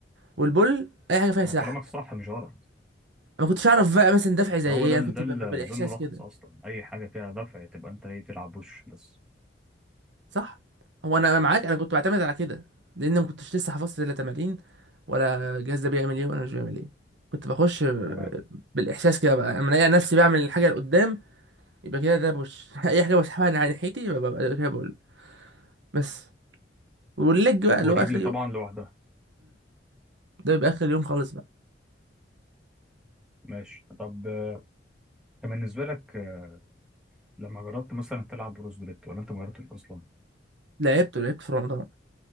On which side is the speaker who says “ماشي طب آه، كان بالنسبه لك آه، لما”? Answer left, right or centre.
Centre